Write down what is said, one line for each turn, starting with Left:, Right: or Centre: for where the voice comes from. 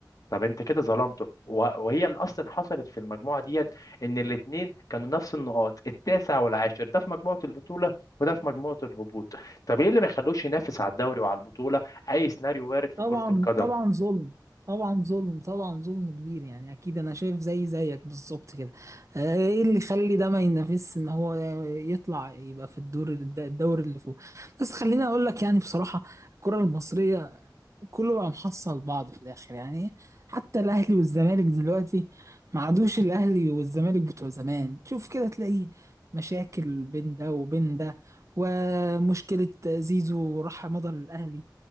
Left: طب انت كده ظلمته وه- وهي اللي اصلا حصلت في المجموعه ديت ان الاثنين كانوا نفس النقاط التاسع والعاشر ده في مجموعه البطوله وده في مجموعه الهبوط طب ايه اللي ما يخلوش ينافس على الدوري وعلى البطولة اي سيناريو وارد في
Right: طبعا
Left: كرة القدم
Right: طبعا ظلم طبعا ظلم طبعا ظلم كبير يعني اكيد انا شايف زي زيك بالظبط كده آه، ايه اللي يخلي ده ما ينافسش ان هو يطلع يبقى في الدور الد- الدور اللي فوق بس خليني اقول لك يعني بصراحة الكرة المصرية كله بقى محصل بعض في الاخر يعني حتى الاهلي والزمالك دلوقتي ما عادوش الاهلي والزمالك بتوع زمان تشوف كده تلاقيه مشاكل بين ده وبين ده ومشكلة زيزو راح مضى للأهلي